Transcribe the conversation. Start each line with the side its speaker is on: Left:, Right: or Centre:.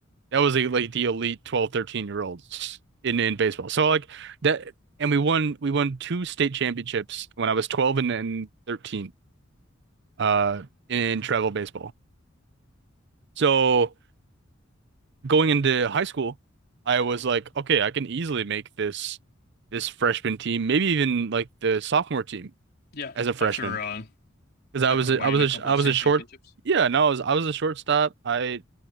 Right: That was like, like the elite 12 13 year olds in in baseball. So like that and we won we won two state championships when I was 12 and, then 13 uh in travel baseball. So going into high school, I was like, okay, I can easily make this this freshman team, maybe even like the sophomore team
Left: Yeah,
Right: as a freshman
Left: after uh,
Right: because I
Left: after
Right: was a,
Left: winning
Right: I was
Left: a couple
Right: a, I
Left: of
Right: was
Left: state
Right: a short
Left: championships.
Right: yeah no I was I was a shortstop I